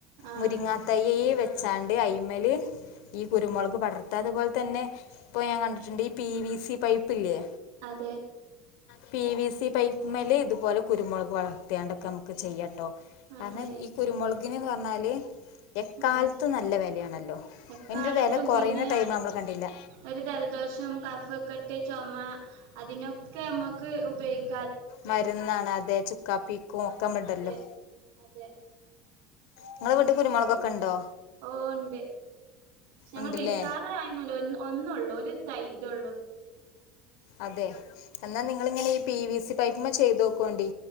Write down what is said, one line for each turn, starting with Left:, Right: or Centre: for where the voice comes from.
Right: ആഹ്
Left: മുരിങ്ങാ തൈയ് വെച്ചാണ്ട് അയിമേല് ഈ കുരുമുളക് പടർത്ത അതുപോലെ തന്നെ ഇപ്പൊ ഞാൻ കണ്ടിട്ടുണ്ട് ഈ പി വി സി പൈപ്പ് ഇല്ലേ.
Right: അതെ
Left: പി വി സി പൈപ്പ്മേലെ ഇതുപോലെ കുരുമുളക് വളർത്തിയാണ്ടൊക്കെ ചെയ്യട്ടോ
Right: അതെ
Left: കാരണം ഈ കുരുമുളകിന് ന്ന് പറഞ്ഞാല് എക്കാലത്തു
Right: ആഹ്
Left: നല്ല വിലയാണല്ലോ
Right: എക്കാലത്തും
Left: അതിൻ്റെ ഒരു വില കുറയുന്ന
Right: പിന്നെ
Left: ടൈം നമ്മള് കണ്ടില്ല
Right: ഒരു ജലദോഷം, കഫക്കട്ട്, ചുമ അതിനൊക്കെ നമുക്ക് ഉപയോഗിക്
Left: മരുന്നാണ് അതെ ചുക്കാപ്പിക്കും ഒക്കമുണ്ടല്ലോ
Right: അതെ അതെ
Left: നിങ്ങളടെ വീട്ടി കുരുമുളകൊക്കെ ഉണ്ടോ
Right: ഓഹ് ഒണ്ട് ച്ച
Left: ഉണ്ടല്ലേ
Right: വിൽക്കാറെ ആല്ലോ ഒ ഒന്നുള്ളൂ ഒരു തൈ ഇതൊള്ളൂ
Left: അതെ എന്നാ നിങ്ങിളങ്ങനെ ഈ പി വി സി പൈപ്പിമ്മ ചെയ്ത് നോക്കോണ്ടി